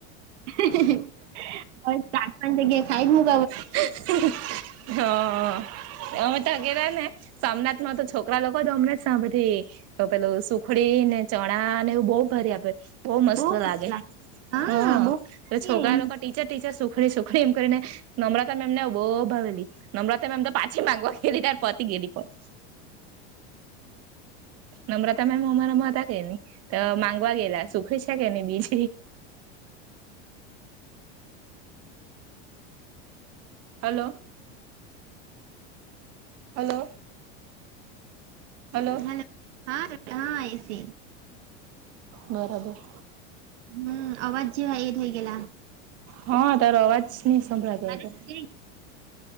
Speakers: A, on the right (about 80°); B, on the right (about 45°).
A: બસ ચાર પાંચ જગ્યા ખાઈ મુક
B: <inaudible> હા અમે તગેલા ને સોમનાથ માં તો છોકરા લોકો જ અમનેં જ સાંભળી તો પેલું સુખડી ને ચણા ને એવું બહું ભારી આપે બહુ મસ્ત
A: બો
B: લાગે
A: હા
B: હ
A: બો મજા
B: તો
A: લાગે
B: છોકરા લોકો ટીચર ટીચર સુખડી સુખણી એમ કરીને નમ્રતા મેમને બહુ ભાવવેલી નમ્રતા મેમ તો પાછી માંગવા ગયેલી તાર પતી ગેલી પણ નમ્રતા મેમ અમારા મા હતા કે ન માંગવા ગેલા સુખે છા કેને બીજ. હલો હલ્લો હલ્લો
A: હેલો હા હા એસી
B: બરાબર
A: હમ્મ અવાજ જેવાઈ એ થઇ ગેલા
B: હા તારો અવાજ નહ સંભળાતો
A: મારે
B: હતો
A: સુધી